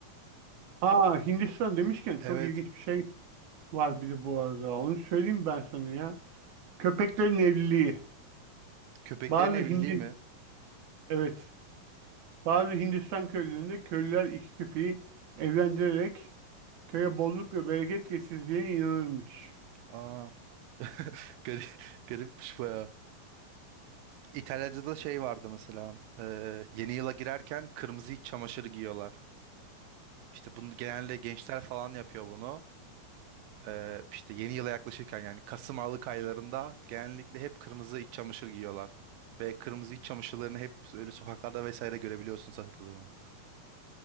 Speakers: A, on the right; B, on the right.
A: Aa Hindistan demişken çok
B: Evet.
A: ilginç bir şey var bir de bu arada. Onu söyleyeyim ben sana ya. Köpeklerin evliliği.
B: Köpeklerin
A: Bazı
B: evliliği
A: Hindi
B: mi?
A: Evet. Bazı Hindistan köylerinde köylüler iki köpeği evlendirerek köye bolluk ve bereket getireceğine inanırmış.
B: Aa, <laughs> garip, garipmiş bayağı. İtalya'da da şey vardı mesela. e, yeni yıla girerken kırmızı iç çamaşırı giyiyorlar. İşte bunu genelde gençler falan yapıyor bunu. Ee, işte yeni yıla yaklaşırken yani Kasım Aralık aylarında genellikle hep kırmızı iç çamaşır giyiyorlar. Ve kırmızı iç çamaşırlarını hep öyle sokaklarda vesaire görebiliyorsun satıldığını.